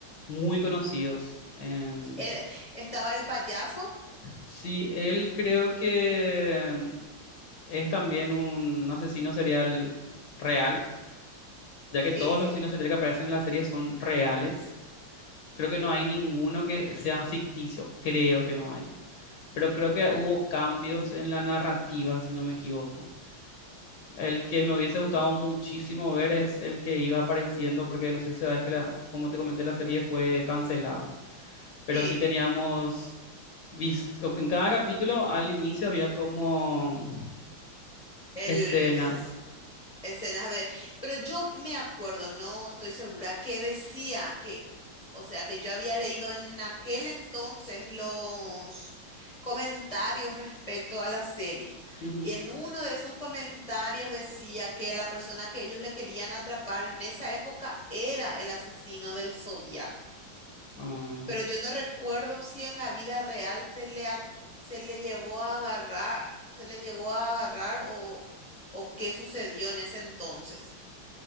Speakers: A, on the left (about 70°); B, on the left (about 45°).
A: muy conocidos. En-
B: sí. Eh, estaba el payaso.
A: sí, él creo que es también un asesino serial real, ya
B: Sí,
A: que todos
B: sí.
A: los asesinos seriales que aparecen en la serie son reales. Creo que no hay ninguno que sea ficticio, creo que no hay. Pero creo que hubo cambios en la narrativa, si no me equivoco. El que me hubiese gustado muchísimo ver es el que iba apareciendo, porque no sé si sabes que, la- como te comenté, la serie fue cancelada. pero
B: Sí.
A: sí teníamos visto que en cada capítulo al inicio había como
B: El
A: escenas.
B: escenas de... Pero yo me acuerdo, no estoy segura, que decía que, o sea, que yo había leído en aquel entonces los comentarios respecto a la serie.
A: Ujú.
B: Y en uno de esos comentarios decía que la persona que ellos le querían atrapar en esa época era el asesino del Zodíaco.
A: Ah,
B: Pero yo no recuerdo si en la vida real se le, a- se le llevó a agarrar, se le llegó a agarrar o o qué sucedió en ese entonces.